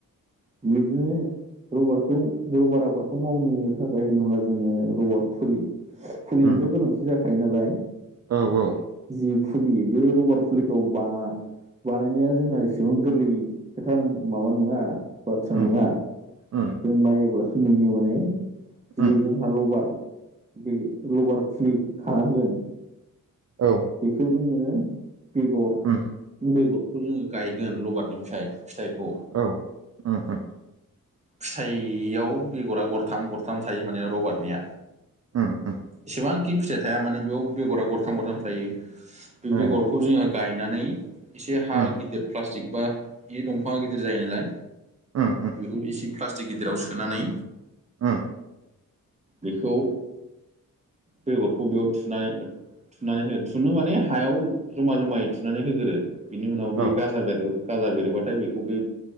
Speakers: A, on the right; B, on the right.
A: <unintelligible> रबारखौ रबार आबादखौ मावनो थाखाय होनोब्ला जोङो रबार फुलि फुलिनिथ'
B: उम
A: गोनांथि जाखायो नालाय
B: औ औ
A: जि फुलि बे रबार फुलिखौ बा बानायनाया जोंहा एसेबां गोरलै खोथा माबा नङा बाथ्रा नङा
B: उम उम
A: जों नायोब्लासो नुयो माने जे
B: उम
A: जोंहा लबार बे रबार फुलि खालामगोन
B: औ
A: बेखौ जोङो बेगर
B: उम
A: बेगरखौ जोङो गायगोन लबारनिफ्राय फिथाइखौ
B: औ उम उम
A: फिथाइयाव बेगरा गरथाम गरथाम थायो माने रबार्टनिया
B: उम उम
A: एसेबांखि फिथाइ थाया मानो बेयाव बेगरा गरथाम गरथाम थायो बे बेगरखौ
B: ए
A: जोङो गायनानै एसे हा
B: उम
A: गिदिर प्लास थिग बा बे दंफाङा गिदिर जायो नालाय
B: उम उम
A: बेखौ इसे प्लास्टिक गिदिराव सोनानै
B: उम
A: बेखौ बेगरखौ बेयाव थुनाय थुनानै हो थुनो माने हायाव जमा जमायै थुनानै होगोरो बिनि उनाव बे
B: औ
A: गाजा बेर गाजा बेरोबाथाय बेखौ बै